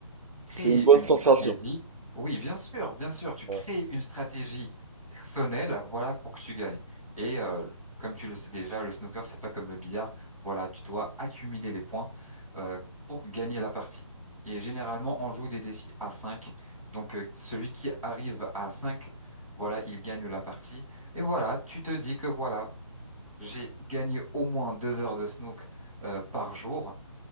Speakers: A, in the centre; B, on the right.
A: Créer
B: C'est une bonne
A: une
B: sensation.
A: stratégie. Oui, bien sûr, bien sûr. Tu crées
B: Ouais.
A: une stratégie personnelle, voilà, pour que tu gagnes. Et euh, comme tu le sais déjà, le snooker, c'est pas comme le billard. Voilà, tu dois accumuler les points euh, pour gagner la partie. Et généralement, on joue des défis à 5. Donc, euh, celui qui arrive à 5, voilà, il gagne la partie. Et voilà, tu te dis que voilà, j'ai gagné au moins deux heures de snook euh, par jour.